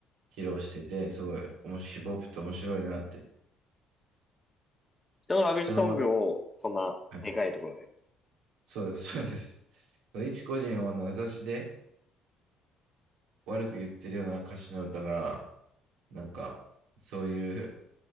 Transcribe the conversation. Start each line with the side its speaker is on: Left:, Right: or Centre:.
Right: 披露してて、すごい、ヒップホップって面白いなって。
Left: 人のラブソングを、
Right: 人の悪、
Left: そんな、
Right: はい
Left: でかいところで。
Right: そうです、そうです。その一個人を名指しで悪く言ってるような歌詞の歌が、なんか、そういう